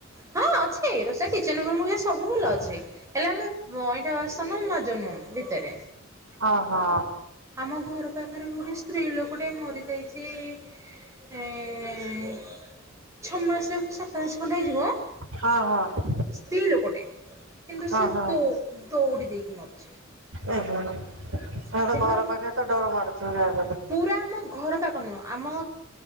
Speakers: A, on the right (about 15°); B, on the right (about 75°).
A: ହଁ ଅଛି ରୋଷେଇ କିଚନ ରୁମ ହେରିକା ସବୁ ଭଲ ଅଛି ହେଲେ ଆମେ ଅଇଁଠା ବାସନ ମାଜୁନୁ ଭିତରେ।
B: ଓ ହୋ।
A: ଆମ ଘର ପାଖରେ ଗୋଟେ ସ୍ତ୍ରୀ ଲୋକ ଟେ ମରି ଯାଇଛି। କି ଛଅ ମାସ ସା ସାତ ମାସ ଖଣ୍ଡ ହେଇଯିବ।
B: ହଁ ହଁ।
A: ସ୍ତ୍ରୀ ଲୋକଟେ କିନ୍ତୁ ସେ
B: ଓହୋ
A: ଦ ଦୌଡ଼ି ଦେଇକି ମରିଛି।
B: ଓହୋ ତମର ତ
A: ସେମାନେ
B: ଘର ପାଖରେ ତ ଡର ମାଡୁଥିବ ଯାହାବି ହେଲେ।
A: ପୁରା ଆମ ଘର ପାଖ ନୁହଁ ଆମ